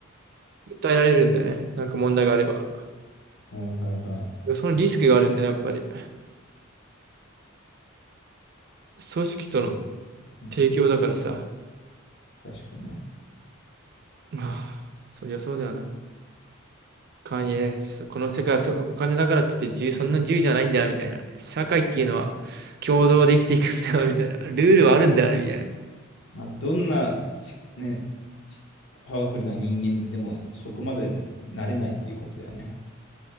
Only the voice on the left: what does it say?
はいはいはい。
そう。うん
確かに。
まあ、どんなち、ね、ちパワフルな人間でもそこまでなれないっていうことだよね。